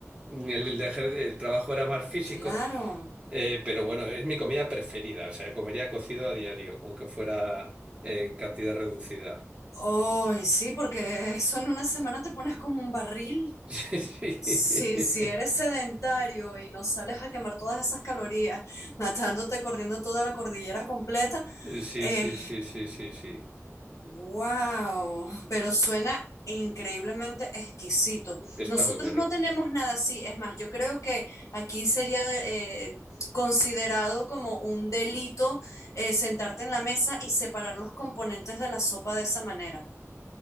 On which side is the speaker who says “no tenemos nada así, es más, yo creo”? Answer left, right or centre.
Left